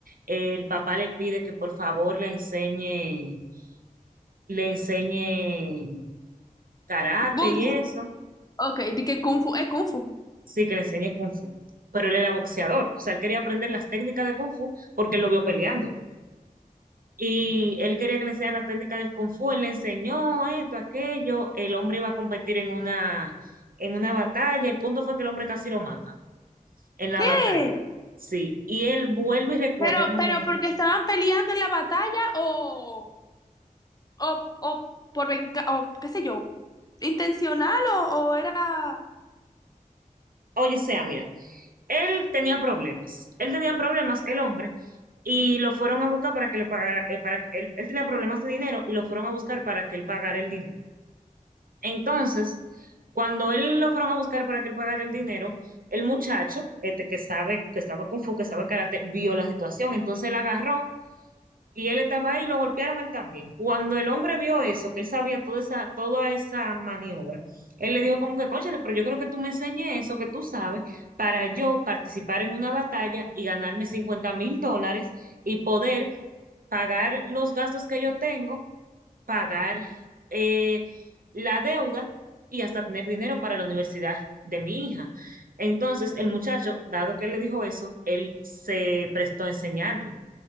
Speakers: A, on the right; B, on the left.
A: El papá le pide que por favor le enseñe, le enseñe karate
B: Kung
A: y
B: Fu.
A: eso.
B: Ok, di que Kung Fu es Kung Fu.
A: Sí, que le enseñe kung fu. Pero él era boxeador. O sea, él quería aprender las técnicas de kung fu porque él lo vio peleando. Y él quería que le enseñara la técnica del Kung Fu, él le enseñó esto, aquello, el hombre iba a competir en una, en una batalla, el punto fue que el hombre casi lo mata en la
B: ¿Qué?
A: batalla, sí, y él vuelve y recuerda
B: Pero,
A: el momento.
B: pero porque estaban peleando en la batalla o, o, o por venga, o qué sé yo, intencional o, o era...
A: Oye, sea, mira, él tenía problemas, él tenía problemas, el hombre, y lo fueron a buscar para que le pagara, eh, para, que él, él tenía problemas de dinero y lo fueron a buscar para que él pagara el dinero. Entonces, cuando él lo fueron a buscar para que él pagara el dinero, el muchacho, este que sabe, que estaba Kung Fu, que sabe karate, vio la situación. Entonces él agarró y él estaba ahí y lo golpearon él también. Cuando el hombre vio eso, que él sabía toda esa, toda esa maniobra, él le dijo como que, cónchale, pero yo creo que tú me enseñes eso que tú sabes para yo participar en una batalla y ganarme cincuenta mil dólares y poder pagar los gastos que yo tengo pagar eh, la deuda y hasta tener dinero para la universidad de mi hija. Entonces, el muchacho, dado que él le dijo eso, él se prestó a enseñarle.